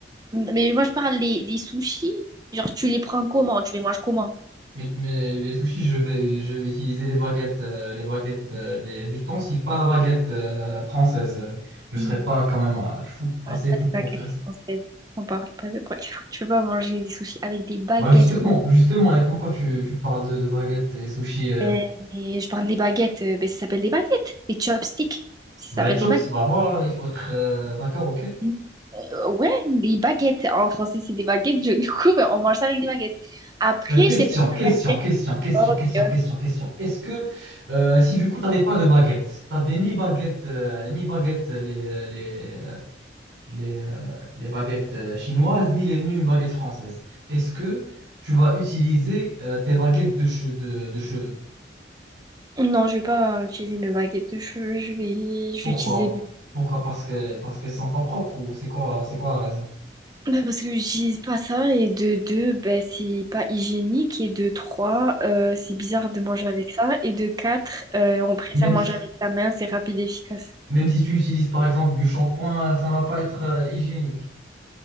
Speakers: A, on the right; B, on the right.
A: Mais moi, je parle des, des sushis. Genre, tu les prends comment? Tu les manges comment?
B: Mais, mais les sushis, je vais, je vais utiliser les baguettes, euh, les baguettes, euh, les ustensiles, pas la baguette euh, française. Euh, Je serais
A: Mm.
B: pas quand même euh, fou, assez
A: On parle
B: fou
A: pas de
B: pour
A: baguettes
B: faire ça.
A: françaises. On parle pas de baguettes. françaises. Tu peux pas manger des sushis avec des baguettes
B: Bah justement,
A: françaises.
B: justement, et pourquoi tu, tu parles de, de baguettes et sushis euh,
A: Euh, Et je parle des baguettes, euh, ben, ça s'appelle des baguettes. Des chopsticks, ça
B: Bah
A: s'appelle
B: les chops,
A: des baguettes.
B: bah voilà, il faut être euh, d'accord, ok.
A: Euh, ouais, des baguettes. En français, c'est des baguettes. Je- <laughs> Du coup, ben, on mange ça avec des baguettes. Après,
B: Euh, question,
A: je sais pas si t'as
B: question,
A: fait
B: question, question,
A: sport,
B: question,
A: tu vois.
B: question, question. Est-ce que euh, si du coup t'avais pas de baguette, t'avais ni baguette, euh, ni baguette les, les, les, euh, les baguettes euh, chinoises ni, les, ni une baguette française. Est-ce que tu vas utiliser euh, tes baguettes de, che- de, de cheveux?
A: Non, je vais pas utiliser mes baguettes de cheveux. Je vais, je
B: Pourquoi?
A: vais utiliser.
B: Pourquoi? Parce que, parce qu'elles sont pas propres ou c'est quoi, c'est quoi la raison?
A: Ben, parce que j'utilise pas ça. Et de deux, ben, c'est pas hygiénique. Et de trois, euh, c'est bizarre de manger avec ça. Et de quatre, euh, on préfère
B: Même
A: manger
B: si,
A: avec la main. C'est rapide et efficace.
B: même si tu utilises par exemple du shampoing, ça va pas être euh, hygiénique.